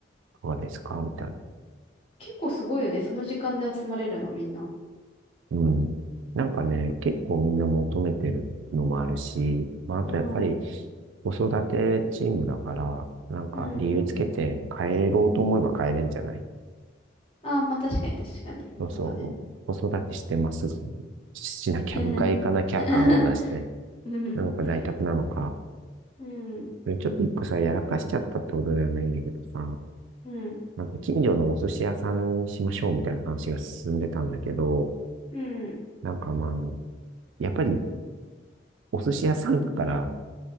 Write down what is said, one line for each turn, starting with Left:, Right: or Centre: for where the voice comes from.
Right: かがですかみたいな。
Left: 結構すごいよね。その時間で集まれるの、みんな。
Right: うん。なんかね、結構みんな求めてるのもあるし、まあ、あとやっぱり
Left: うん。う
Right: 子育てチームだから、なんか理由つけて帰ろうと思えば帰れんじゃない
Left: んうん。ああ、まあ確かに確かに。
Right: そうそう。
Left: そうだね。
Right: 子育てしてます。しなきゃ、
Left: <laughs>
Right: 迎え行かなきゃ感を出して。
Left: うん、
Right: なのか在宅なのか。
Left: うん、
Right: ちょっと一個さ、やらかしちゃったってことではないんだけどさ、
Left: うん、
Right: なんか近所のお寿司屋さんにしましょうみたいな話が進んでたんだけど、
Left: うん
Right: なんかまあ、やっぱりお寿司屋さんだから、